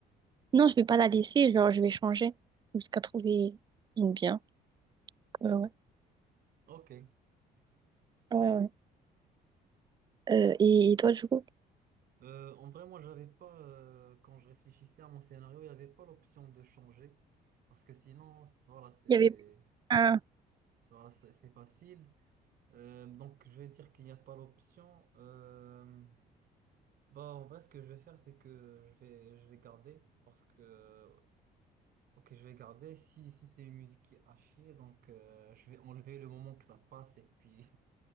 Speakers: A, on the right; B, on the right.
A: Non, je vais pas la laisser, genre, je vais changer jusqu'à trouver une bien. Ouais, ouais,
B: Ok.
A: ouais, ouais. Euh, et, et toi, du coup?
B: Euh, en vrai, moi, j'avais pas, euh, quand je réfléchissais à mon scénario, il n'y avait pas l'option de changer parce que sinon, c- voilà, c'est
A: Il y avait un...
B: voilà, c'est c'est facile. Euh, donc, je vais dire qu'il n'y a pas l'option. Euh, bah, en vrai, ce que je vais faire, c'est que je vais, je vais garder parce que, ok, je vais garder. Si, si c'est une musique qui est à chier, donc euh, je vais enlever le moment que ça passe et puis